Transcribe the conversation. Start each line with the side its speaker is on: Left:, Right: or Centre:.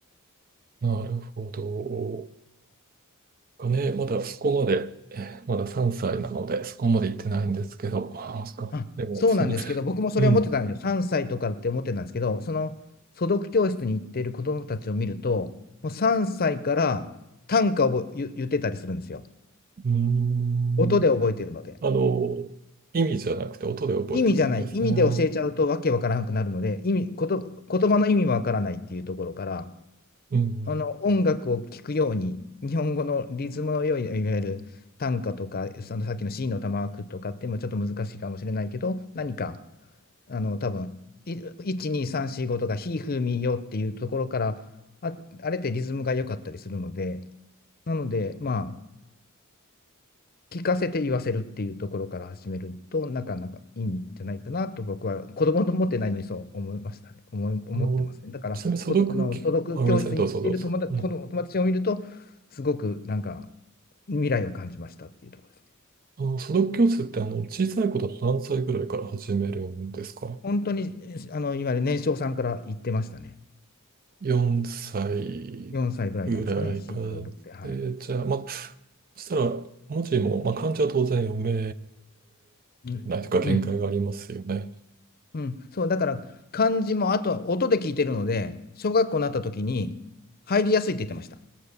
Right: い。なるほど。がね、まだそこまで、えーまだ3歳なので、そこまで行ってないんですけど、あ、そっか。
Left: あ、
Right: でも、
Left: そうなんですけど、
Right: その、
Left: 僕もそれは思ってたんですよ。
Right: うん。
Left: 3歳とかって思ってたんですけど、その素読教室に行っている子供たちを見ると、もう3歳から短歌を言言ってたりするんですよ。
Right: うーん。
Left: 音で覚えてるので。
Right: あの、意味じゃなくて音で覚えていくんですね。
Left: 意味じゃない、意味で教えちゃうとわけわからなくなるので、意味、こと、言葉の意味もわからないっていうところから、
Right: うん。
Left: あの音楽を聴くように、日本語のリズムの良い、いわゆる短歌とか、そのさっきの C の玉句とかってもちょっと難しいかもしれないけど、何か、あの多分い1、2、3、4、5とか、ひ、ふ、み、よっていうところから、あ、あれってリズムが良かったりするので、で、まあ、聞かせて言わせるっていうところから始めると、なかなかいいんじゃないかなと僕は子供と思ってないのにそう思いましたね。思い思ってますね。
Right: あの、
Left: だからこのあの所属教室に行っている友達この友達を見ると、
Right: ちなみに素読き、あ、ごめんなさい、どうぞどうぞ。うん。
Left: すごくなんか未来を感じましたっていうところですね。
Right: あの、素読教室ってあの、小さい子だと何歳ぐらいから始めるんですか
Left: 本当にあのいわゆる年少さんから言ってましたね。
Right: ?4 歳ぐらいから。
Left: 4歳ぐらいなんですかね、4、5、6って。はい。
Right: で、じゃあ、まあ、そしたら文字も、まあ、漢字は当然読め
Left: うん。
Right: ないというか限界がありますよね。
Left: うん。うん、そう、だから漢字もあとは音で聞いてるので、小学校になった時に入りやすいって言ってました。